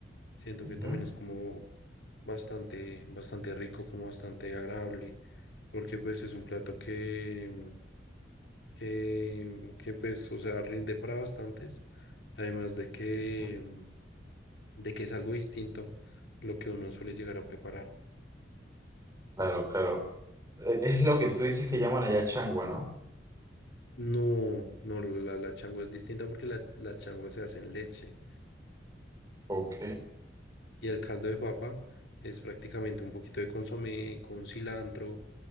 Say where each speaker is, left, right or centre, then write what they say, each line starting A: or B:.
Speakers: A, on the left; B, on the right.
A: Siento
B: Ujú,
A: que también es como bastante, bastante rico, como bastante agradable, porque pues es un plato que, mm, que, que pues, o sea, rinde para bastantes, además de que,
B: ujú.
A: mm, de que es algo distinto lo que uno suele llegar a preparar.
B: Claro, claro. E- Es lo que tú dices que llaman allá changua, ¿no?
A: No, no, la, la changua es distinta porque la, la changua se hace en leche.
B: Ok,
A: Y el caldo de papa es prácticamente un poquito de consomé, con cilantro,